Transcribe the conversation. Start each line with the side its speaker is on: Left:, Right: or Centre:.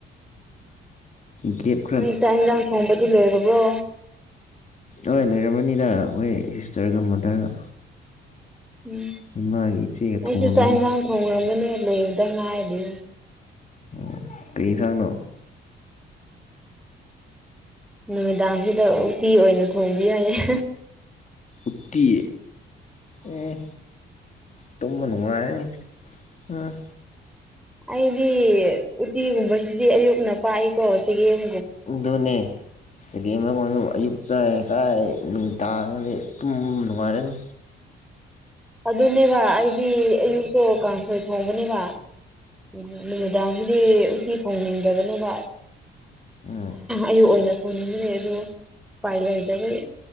Left: ꯒꯤꯞ
Centre: ꯃꯤ ꯆꯥꯛ ꯏꯟꯁꯥꯡ ꯊꯣꯡꯕꯗꯤ ꯂꯣꯏꯔꯕ꯭ꯔꯣ꯫
Left: ꯍꯣꯏ ꯂꯣꯏꯔꯝꯃꯅꯤꯗ ꯍꯣꯏ ꯁꯤꯁꯇꯔꯒ ꯃꯥꯗꯔꯒ
Centre: ꯎꯝ
Left: ꯏꯃꯥꯒꯤ ꯏꯆꯦꯒ
Centre: ꯑꯩꯁꯨ
Left: ꯊꯣꯡꯉꯝꯃꯅꯤ
Centre: ꯆꯥꯛ ꯌꯦꯟꯁꯥꯡ ꯊꯣꯡꯔꯝꯅꯦ ꯂꯣꯏꯗ ꯉꯥꯏꯔꯗꯤ꯫
Left: ꯑꯣ ꯀꯩ ꯌꯦꯟꯁꯥꯡꯅꯣ꯫
Centre: ꯅꯨꯃꯤꯗꯥꯡꯁꯤꯗ ꯎꯇꯤ ꯑꯣꯏꯅ ꯊꯣꯡꯕ ꯌꯥꯏꯌꯦ꯫
Left: ꯎꯇꯤ ꯑꯣ ꯇꯨꯝꯕ ꯅꯨꯡꯉꯥꯏꯔꯅꯤ ꯎꯝ
Centre: ꯑꯩꯗꯤ ꯎꯇꯤꯒꯨꯝꯕꯁꯤꯗꯤ ꯑꯌꯨꯛꯅ ꯄꯥꯛꯏꯀꯣ ꯆꯒꯦꯝ
Left: ꯑꯗꯨꯅꯦ ꯆꯒꯦꯝ ꯑꯃ ꯑꯌꯨꯛ ꯆꯥꯏ ꯀꯥꯏ ꯅꯨꯡꯇꯥꯗꯤ ꯇꯨꯝ ꯅꯨꯡꯉꯥꯏꯔꯅꯤ꯫
Centre: ꯑꯗꯨꯅꯦꯕ ꯑꯩꯗꯤ ꯑꯌꯨꯛꯇꯣ ꯀꯥꯡꯁꯣꯏ ꯊꯣꯡꯕꯅꯦꯕ꯫ ꯎꯝ ꯅꯨꯃꯤꯗꯥꯡꯒꯤꯗꯤ ꯎꯠꯇꯤ ꯊꯣꯡꯅꯤꯡꯗꯕꯅꯦꯕ꯫
Left: ꯎꯝ
Centre: ꯑꯌꯨꯛ ꯑꯣꯏꯅ ꯊꯣꯡꯅꯤꯡꯈ꯭ꯔꯦ ꯑꯗꯣ ꯎꯄꯥꯏ ꯂꯩꯇꯕꯩ꯫